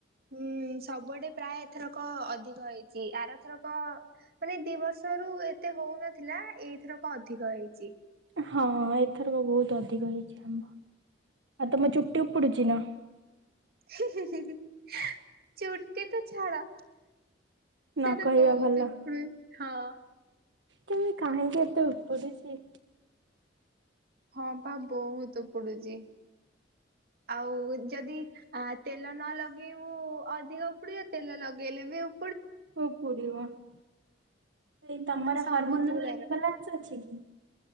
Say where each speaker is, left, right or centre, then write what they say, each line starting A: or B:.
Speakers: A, on the right; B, on the right.
A: ହୁଁ ସବୁଆଡେ ପ୍ରାୟ ଏଥରକ ଅଧିକ ହେଇଛି ଆରଥରକ ମାନେ ଦି ବର୍ଷରୁ ଏତେ ହଉନଥିଲା ଥିଲା ଏଇଥରକ ଅଧିକ ହେଇଛି
B: ହଁ ଏଥରକ ବହୁତ ଅଧିକ ହେଇଛି ଆମ୍ବ ଆତ ତମ ଚୁଟଉପଡୁଛି ନା
A: ହ
B: ଆ
A: ଉଠ ତ ଝାଡ଼ା
B: ନ
A: ସେ ତ
B: କହିବା
A: ବହୁତ
B: ଭଲ।
A: ହଁ
B: ତ କାହିଁକି ଏତେ ଉପୁଡିଛି
A: ହଁ ପା ବହୁତ ଉପୁଡୁଛି ଆଉ ଯଦି ତେଲ ନ ଲଗେଇବୁ ଅଧିକ ଉପୁଡିବ ତେଲ ଲଗେଇଲେ ବି ଆଉ
B: ହ ପୁରୀିବଇ ତମର
A: ସବୁଥିରେ
B: ହାର୍ମୋନଲାନ୍ସ ଅଛି ିକି